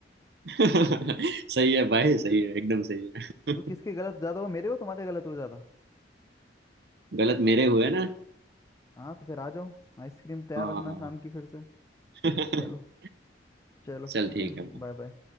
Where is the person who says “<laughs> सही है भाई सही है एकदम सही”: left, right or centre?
Right